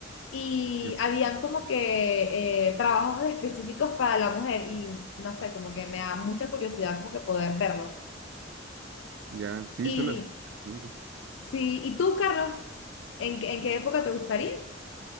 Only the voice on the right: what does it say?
Ya.
Ya. Sí,
son las preguntas.